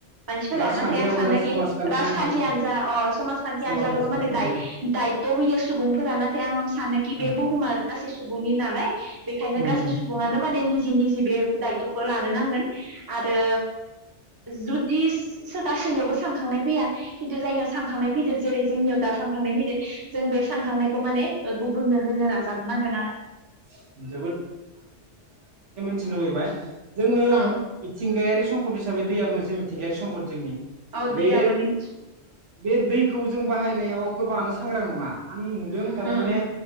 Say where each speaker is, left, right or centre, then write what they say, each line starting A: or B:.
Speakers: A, on the right (about 20°); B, on the right (about 80°).
A: मानसिफोरा
B: राजखान्थि
A: नाथाय आं
B: हान्जा
A: सानोखि
B: समाजखान्थि
A: राजखान्थियानोजा
B: हान्जा
A: अ समाजखान्थि
B: समाजखान्थि
A: हानजाखौल' माने
B: हान्जा
A: दाय-दायथ' होयो सुबुंफोरा नाथाय आं सानोखि बे
B: औ
A: बुहुमा गासै सुबुंनि नालाय। <unintelligible> बेखायनो
B: उम
A: गासै सुबुङानो माने नि जि निजि बे दायथ'खौ लानो नांगोन। आरो जुदिस सो गासैनियावबो सानखांनाय फैया खिन्थु जायनियाव सानखांनाय फैदो जेरै जोंनियाव दा सानखांनाय फैदो जों बे सानखांनायखौ माने ओ गुबुननो होनो नाजानो नांगोन आरो।
B: उम थिनो लुबैबाय जोङो
A: औ
B: मिथिंगायारि सम्पद हिसाबै दैया मोनसे मिथिंगायारि सम्पद जोंनि
A: औ
B: बे
A: दैयाबो निथि
B: बे दैखौ जों बाहायनायाव गोबाङानो सांग्रां नङा। आं नुदों थारमाने
A: उम